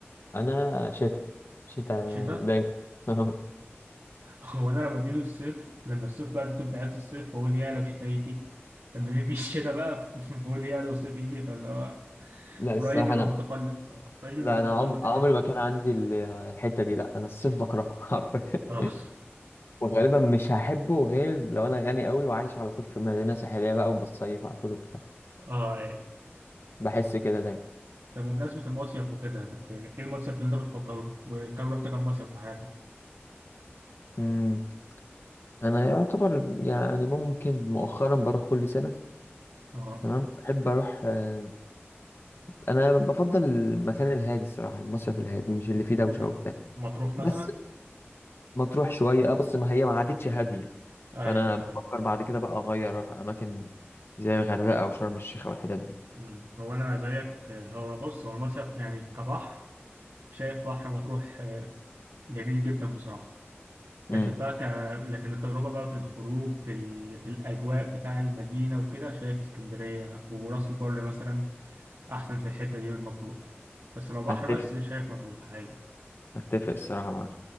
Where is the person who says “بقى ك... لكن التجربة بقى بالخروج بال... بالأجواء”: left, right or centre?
Right